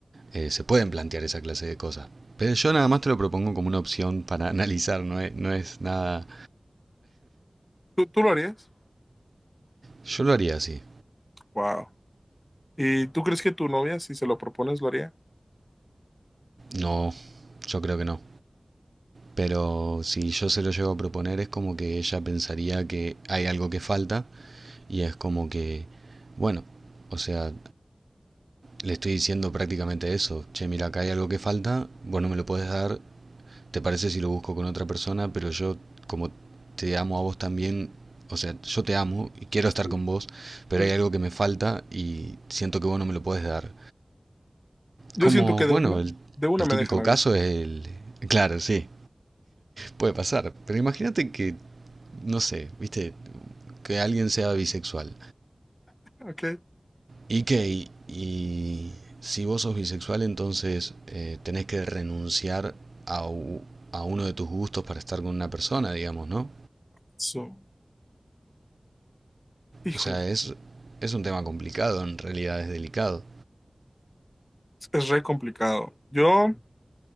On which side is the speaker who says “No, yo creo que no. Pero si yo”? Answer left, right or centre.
Right